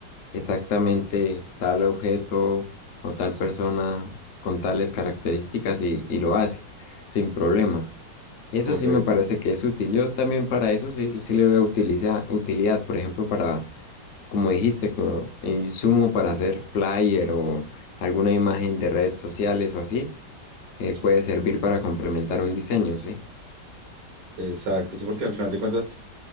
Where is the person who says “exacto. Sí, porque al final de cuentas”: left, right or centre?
Right